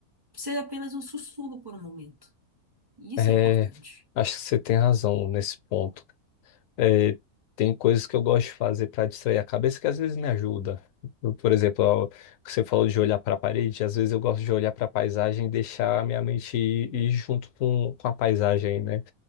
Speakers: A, on the right; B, on the left.
A: ser apenas um sussurro por um momento. E isso
B: é,
A: é importante.
B: acho que você tem razão nesse ponto. É, tem coisas que eu gosto de fazer para distrair a cabeça que às vezes me ajuda. Eu, Por exemplo, ó, você falou de olhar para a parede, às vezes eu gosto de olhar para a paisagem e deixar a minha mente ir, ir junto com, com a paisagem, né?